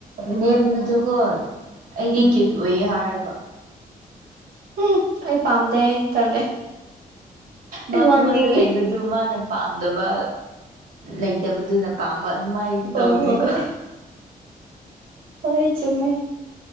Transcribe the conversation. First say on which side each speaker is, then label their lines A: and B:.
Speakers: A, on the right (about 65°); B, on the right (about 80°).
A: ꯅꯦꯝꯕꯗꯨꯀꯣ ꯑꯩꯒꯤ
B: ꯎꯝ
A: ꯀꯤꯞ ꯂꯣꯏꯌꯦ ꯍꯥꯏꯔꯒ
B: ꯎꯝ ꯑꯩ ꯄꯥꯝꯗꯦ ꯑꯩꯗꯤ ꯇꯜꯂꯦ ꯑꯩ
A: ꯃꯥ
B: ꯋꯥꯡꯅꯤꯡꯉꯤ
A: ꯃꯉꯣꯟꯗ ꯂꯩꯕꯗꯨ ꯃꯥꯅ ꯄꯥꯝꯗꯕ ꯂꯩ ꯇꯦꯕꯗꯨꯨꯅ ꯄꯥꯝꯕ ꯑꯗꯨꯃꯥꯏ
B: ꯍꯣꯏ
A: ꯇꯧꯕꯅꯤꯀꯣ
B: ꯍꯣꯏ ꯍꯣꯏ ꯆꯨꯝꯃꯦ